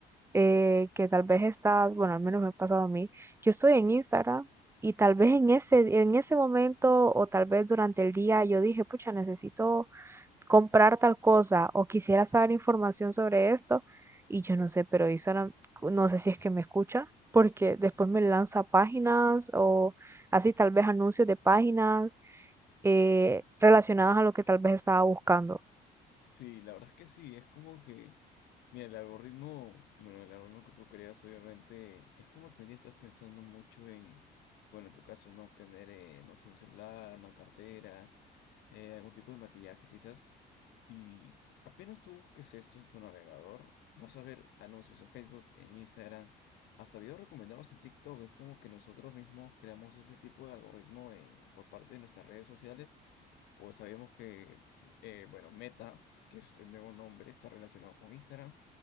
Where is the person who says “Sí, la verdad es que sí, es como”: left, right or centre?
Left